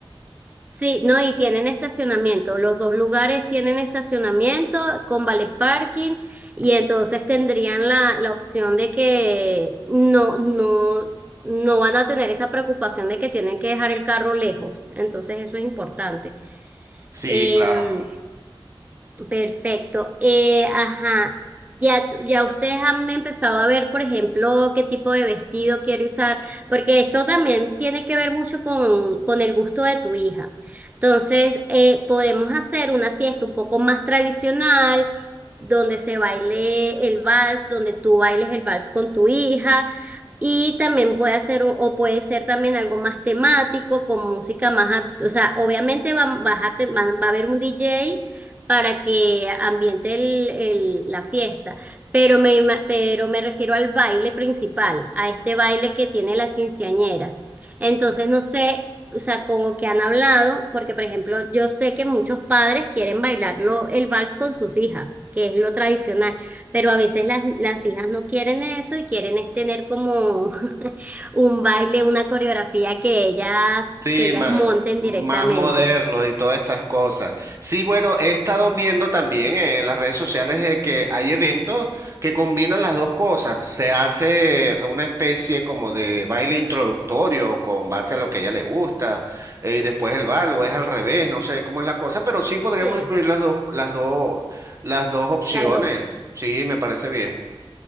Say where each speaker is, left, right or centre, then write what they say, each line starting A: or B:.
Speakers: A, on the right (about 15°); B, on the right (about 30°).
A: Sí, no, y tienen estacionamiento. Los dos lugares tienen estacionamiento con vale parking y entonces tendrían la, la opción de que no, no, no van a tener esa preocupación de que tienen que dejar el carro lejos. Entonces eso es importante.
B: Sí,
A: Em,
B: claro.
A: Perfecto. Eh, ajá. Ya, ya ustedes han empezado a ver, por ejemplo, qué tipo de vestido quiere usar, porque esto también tiene que ver mucho con, con el gusto de tu hija. Entonces, eh, podemos hacer una fiesta un poco más tradicional, donde se baile el vals, donde tú bailes el vals con tu hija. Y también puede hacer, un- o puede ser también algo más temático, con música más, act- o sea, obviamente va, vas a te- va, va a haber un DJ para que ambiente el- el- la fiesta, pero me, ima- pero me refiero al baile principal, a este baile que tiene la quinceañera. Entonces, no sé o sea, con lo que han hablado, porque por ejemplo, yo sé que muchos padres quieren bailarlo el vals con sus hijas, que es lo tradicional, pero a veces las, las hijas no quieren eso y quieren es tener como <laughs> un baile, una coreografía que ellas,
B: Sí,
A: que ellas
B: más,
A: monten
B: más
A: directamente.
B: moderno y todas estas cosas. Sí, bueno, he estado viendo también en las redes sociales eh, que hay eventos que combinan las dos cosas. Se hace una especie como de baile introductorio con base a lo que a ella le gusta eh, y después el bal o es al revés, no sé cómo es la cosa, pero sí podríamos
A: Sí,
B: incluir las dos, las dos, las dos opciones.
A: las dos.
B: Sí, me parece bien.